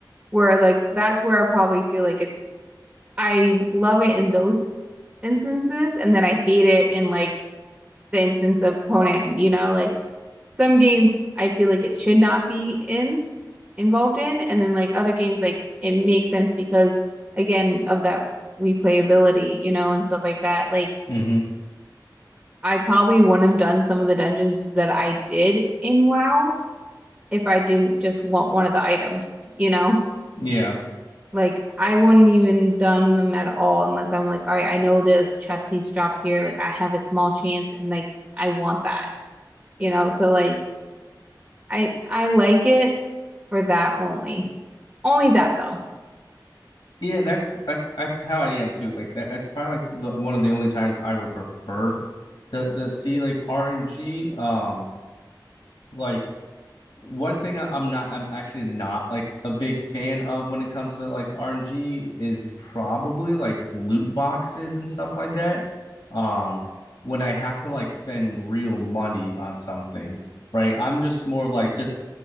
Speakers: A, on the right; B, on the left.
A: where like that's where I probably feel like it's I love it in those instances and then I hate it in like the instance of Conan, you know, like some games I feel like it should not be in involved in and then like other games like it makes sense because again of that replayability, you know, and stuff like that. Like
B: Mm-hmm.
A: I probably wouldn't have done some of the dungeons that I did in WoW if I didn't just want one of the items, you know?
B: Yeah.
A: Like I wouldn't even done them at all unless I'm like, all right, I know this chess piece drops here. Like I have a small chance and like I want that, you know? So like I I like it for that only. Only that though.
B: Yeah, that's that's that's how I am too. Like that, that's probably like the, one of the only times I would prefer to to see like RNG. Um, like one thing I- am not, I'm actually not like a big fan of when it comes to like RNG is probably like loot boxes and stuff like that. Um, when I have to like spend real money on something, right? I'm just more of, like just